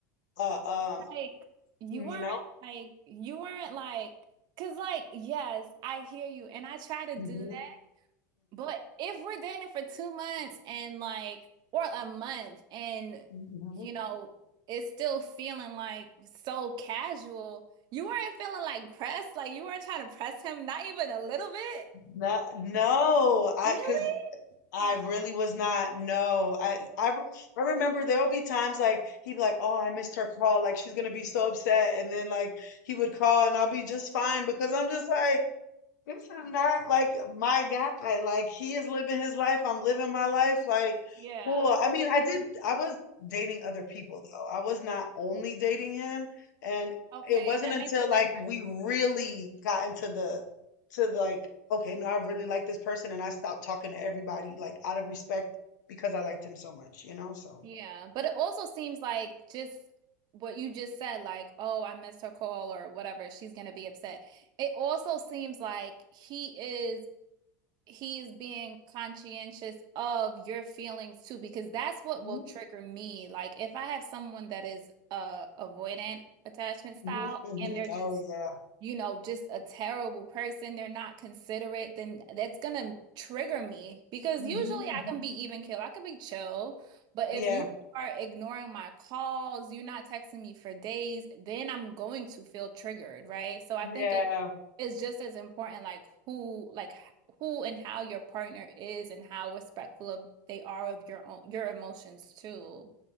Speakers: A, on the left; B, on the right.
A: uh um,
B: like you
A: you
B: weren't
A: know?
B: like you weren't like because like yes, I hear you, and I try to
A: hmm
B: do that. But if we're dating for two months and like, or a month, and
A: hmm
B: you know, it's still feeling like so casual, you weren't feeling like pressed, like you weren't trying to press him, not even a little bit.
A: No, no, I
B: Really?
A: because I
B: Oh,
A: really was not. No, I, I, re- I remember there would be times like he'd be like, "Oh, I missed her call. Like she's gonna be so upset," and then like he would call, and I'll be just fine because I'm just like, this is not like my guy. Like he is living his life. I'm living my life. Like
B: yeah.
A: cool. I mean, I did. I was dating other people though. I was not only dating him, and
B: Okay,
A: it wasn't
B: that
A: until
B: makes it
A: like
B: different.
A: we really got into the to like okay, no, I really like this person, and I stopped talking to everybody like out of respect because I liked him so much, you know. So.
B: Yeah. But it also seems like just what you just said, like, oh, I missed her call or whatever, she's gonna be upset. It also seems like he is. he's being conscientious of your feelings too, because that's what
A: hmm
B: will trigger me. Like if I have someone that is uh avoidant attachment style
A: hmm hmm
B: and they're just
A: Oh yeah.
B: you know, just a terrible person, they're not considerate, then that's gonna trigger me because
A: hmm
B: usually I
A: hmm
B: can be even keel, I could be chill. But
A: Yeah.
B: if you are ignoring my calls, you're not texting me for days, then I'm going to feel triggered, right? So I
A: Yeah.
B: think it it's just as important like who like who and how your partner is and how respectful of they are of your own your emotions too.